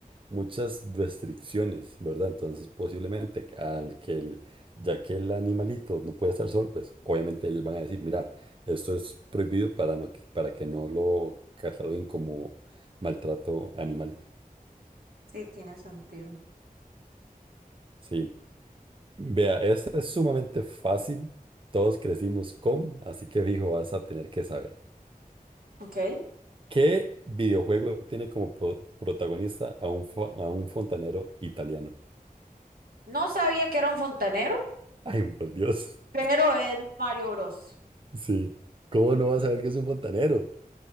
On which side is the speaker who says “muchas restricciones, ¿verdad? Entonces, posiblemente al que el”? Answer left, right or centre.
Right